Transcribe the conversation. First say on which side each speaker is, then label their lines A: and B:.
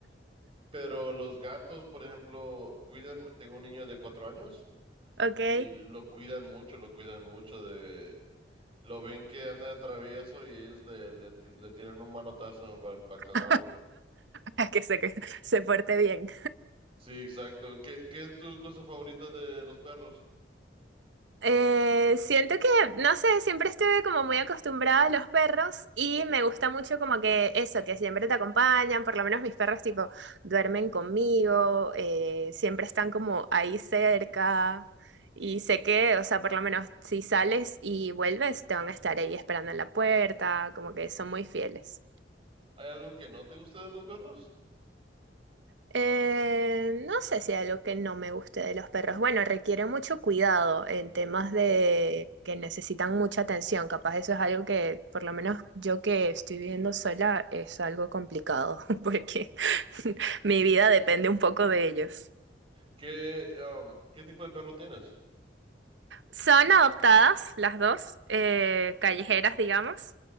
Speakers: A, on the right; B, on the right.
A: Pero los gatos, por ejemplo, cuidan, tengo un niño de cuatro años
B: Ok.
A: y lo cuidan mucho, lo cuidan mucho de, lo ven que anda de travieso y ellos le, le, ti- le tiran un manotazo para, para calmarlo.
B: <laughs> Para que se, que se porte bien.
A: Sí, exacto. ¿Qué, qué es tu cosa favorita de los perros?
B: Eh, siento que, no sé, siempre estuve como muy acostumbrada a los perros y me gusta mucho como que eso, que siempre te acompañan, por lo menos mis perros tipo duermen conmigo, eh, siempre están como ahí cerca y sé que, o sea, por lo menos si sales y vuelves, te van a estar ahí esperando en la puerta, como que son muy fieles.
A: ¿Hay algo que no te guste de los perros?
B: Eh, no sé si hay algo que no me guste de los perros. Bueno, requiere mucho cuidado en temas de que necesitan mucha atención. Capaz eso es algo que, por lo menos yo que estoy viviendo sola, es algo complicado <laughs> porque <laughs> mi vida depende un poco de ellos.
A: ¿Qué, am, qué tipo de perro tienes?
B: Son adoptadas las dos, eh, callejeras, digamos,